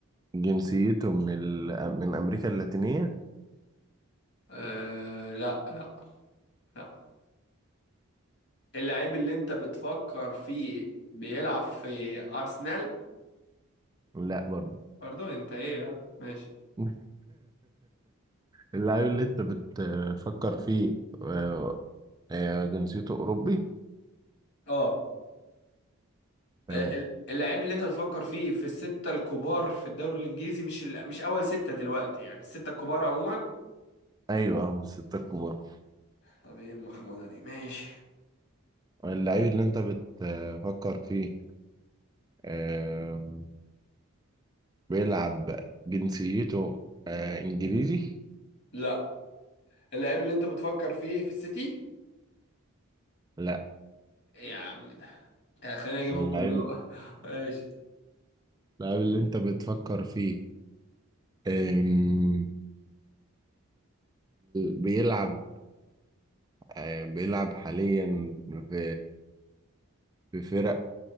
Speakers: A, on the right; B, on the left.
A: جنسيته من ال... من امريكا اللاتينية
B: أه لا لا لا اللعيب اللي انت بتفكر فيه بيلعب في ارسنال
A: لا برضه
B: برضو انت ايه يعني ماشي
A: <laughs> اللعيب اللي انت بتفكر فيه آه، آه، جنسيته اوروبي
B: اه
A: تمام
B: ال- اللعيب اللي انت بتفكر فيه في الستة الكبار في الدوري الانجليزي مش ال... مش اول ستة دلوقتي يعني الستة الكبار عموما
A: ايوه آه، من الستة الكبار
B: طب ايه المخموضة دي ماشي
A: اللعيب اللي انت بتفكر فيه آم، بيلعب جنسيته آه، انجليزي
B: لا اللاعب اللي انت بتفكر فيه في السيتي
A: لا
B: يا عم ده انت خليني اجيبهم
A: اللعيب
B: كلهم
A: <laughs>
B: <laughs> ماشي
A: اللعيب اللي انت بتفكر فيه آم، بيلعب آه، بيلعب حاليا في في فرق